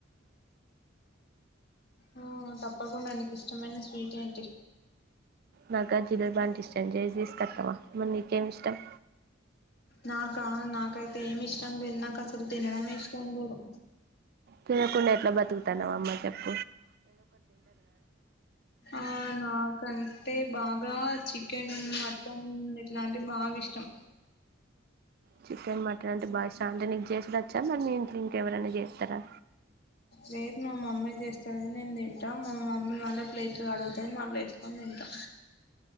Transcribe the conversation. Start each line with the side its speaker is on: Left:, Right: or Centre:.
Left: ఆ తప్పకుండా నీకు ఇష్టమైన స్వీట్ ఏంటి
Right: నాకు ఆది చూడటానికి ఇష్టం లేదు దయచేసి కట్టవ మరి నీకేమి ఇష్టం
Left: నాకా నాకైతే ఏమి ఇష్టం లేదు నాకు అసలు తినడమే ఇష్టం లేదు
Right: తినకుండా ఎట్లా బతుకుతున్నావ్ అమ్మా చెప్ప
Left: ఆ నా కనీ అంటే బాగా చికెన్ మటన్ ఇట్లాంటి బాగా ఇష్టం
Right: చికెన్ మటన్ అంటే బాగా అంటే నీకు చేసడ వచ్చా మరి మీ ఇట్లో ఇంకెవరనా చేస్తారా
Left: లేదు మా మమ్మీ చేస్తంది నేను మా మమ్మీ మళ్ళీ ప్లేస్ అడుగుతాయి మళ్ళీ వేసుకొని తింటా